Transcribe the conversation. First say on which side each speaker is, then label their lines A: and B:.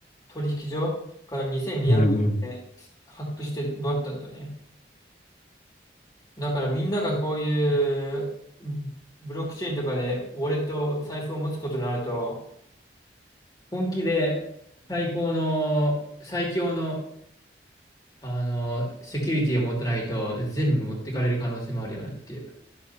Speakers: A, on the left (about 20°); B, on the left (about 40°).
A: 取引所から2200億円発掘して奪ったんだよね。
B: うん、うん。
A: だからみんながこういうブロックチェーンとかでウォレット、お財布を持つことになると、本気で最高の、最強の、あの、セキュリティを持ってないと全部持ってかれる可能性もあるよねっていう。